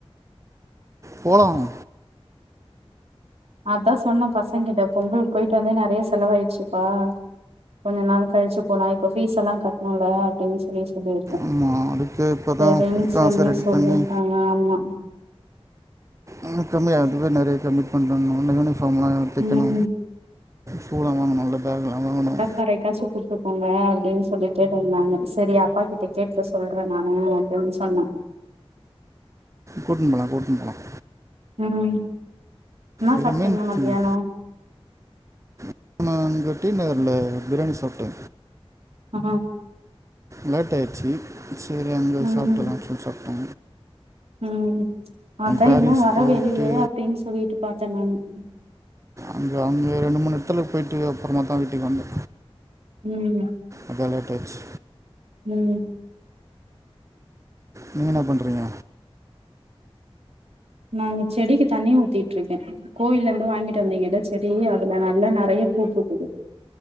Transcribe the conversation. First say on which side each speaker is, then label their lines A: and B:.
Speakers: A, on the right (about 30°); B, on the right (about 85°).
A: போலாம்
B: அதான் சொன்னே பசங்கிட்ட பொங்கலுக்கு போயிட்டு வந்தே நெறைய செலவாயிச்சிப்பா கொஞ்ச நாள் கழிச்சி போலா இப்போ ஃபீஸ் எல்லாம் கட்னோல்ல அப்படின்னு சொல்லி
A: ஆமா அதுக்கு இப்பதா
B: சரின்னு
A: காச
B: சொல்லி
A: ரெடி
B: சொல்லிருக்காங்க
A: பண்ணி
B: அம்மா
A: இன்னும் கம்மியா இதுவே நறைய கம்மி பண்றாங் இன்னு யூனிஃபாம்லா தைக்கணு
B: ம்
A: பூவெல்லா வாங்கணும்ல்ல பேக்கெல்லாம் வாங்கணும்
B: கரெக்டா ஸ்குலுகுட்டு போங்க அப்படின் சொல்லி கேட்டுருந்தாங்க சரி அப்பா கிட்ட கேட்க சொல்றே நானு <unintelligible> சொன்னா
A: கூட்னு போலாம் கூட்னு போலாம்
B: ம் என்ன
A: எதுமேயில்ல
B: சாப்ட்டீங்க மத்தியானோ
A: தங்கோ இப்ப நா அங்க டி நகர்ல பிரியாணி சாப்ட்டே
B: ஆ
A: லேட்டு ஆயிருச்சி சரி அங்கே
B: ம்
A: சாப்டுல்லாம்
B: ம்
A: சொல்லி சாப்டோ
B: ம் அதா
A: பாரிஸ்
B: இன்னும் வரவேல்லியே
A: போயிட்டு
B: அப்டின்னு சொல்லிட்டு பாத்தே நானும்
A: அங்கே அங்கே ரெண்டு மூணு எடத்துல போயிட்டு அப்புறமா தா வீட்டுக்கு வந்தே
B: ம்
A: அதான் லேட் ஆயிட்சி
B: ம்
A: நீங்க என்ன பண்றீங்க
B: நா இங்க செடிக்கு தண்ணி ஊத்திட்டு இருக்கே கோயில்ல இருந்து வாங்கிட்டு வந்திங்கல்ல செடி அதுல நல்லா நறைய பூ பூக்குது